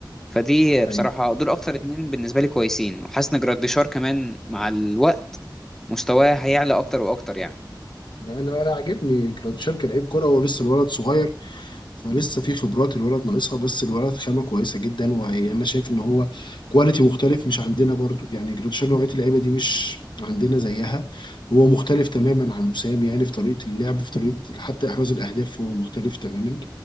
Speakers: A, in the centre; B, on the left.
A: فدي
B: حقيقي.
A: بصراحه دول اكتر اتنين بالنسبه لي كويسين وحاسس ان جراديشار كمان مع الوقت مستواه هيعلى اكتر واكتر يعني
B: لأن أنا انا عاجبني كراتشار كلاعب كرة هو لسه الولد صغير فلسه في خبرات الولد ناقصها بس الولد خامه كويسه جدا وانا شايف ان هو كواليتي مختلف مش عندنا برضو يعني جريتشار نوعيه اللعيبه دي مش عندنا زيها هو مختلف تماما عن وسام يعني في طريقه اللعب في طريقه حتى احراز الاهداف هو مختلف تماما